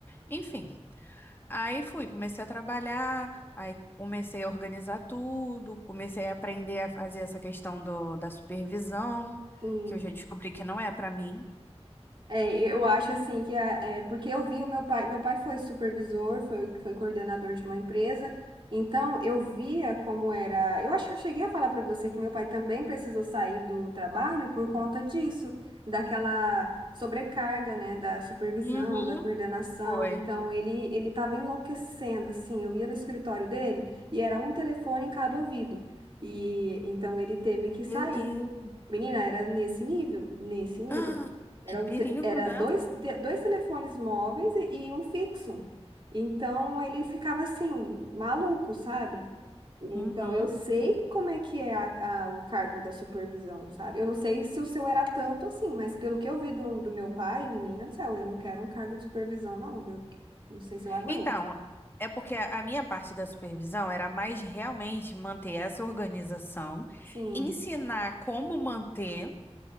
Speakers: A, on the left; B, on the right.
A: Enfim, aí fui, comecei a trabalhar, aí comecei a organizar tudo, comecei a aprender a fazer essa questão do, da supervisão,
B: sim.
A: que eu já descobri que não é pra mim.
B: É, eu acho assim que a- é, porque eu vi o meu pai, meu pai foi supervisor, foi, foi coordenador de uma empresa, então eu via como era. Eu acho que eu cheguei a falar para você que meu pai também precisou sair do trabalho por conta disso, daquela sobrecarga, né, da supervisão,
A: Uhum.
B: da coordenação.
A: Foi.
B: Então ele ele estava enlouquecendo, assim. Eu ia no escritório dele e era um telefone em cada ouvido. E então ele teve que
A: Meu
B: sair.
A: Deus.
B: Menina, era nesse nível, nesse nível.
A: Ah,
B: Era,
A: que perigo,
B: o te- era
A: né?
B: dois, de- dois telefones móveis e, e um fixo. Então ele ficava assim, maluco, sabe? Então
A: Uhum.
B: eu sei como é que é a, a- o cargo da supervisão, sabe? Eu não sei se o seu era tanto assim, mas pelo que eu vi do, do meu pai, menina do céu, eu não quero um cargo de supervisão, não, viu? Não sei se eu aguento.
A: Então, é porque a minha parte da supervisão era mais realmente manter essa organização,
B: Sim,
A: ensinar como manter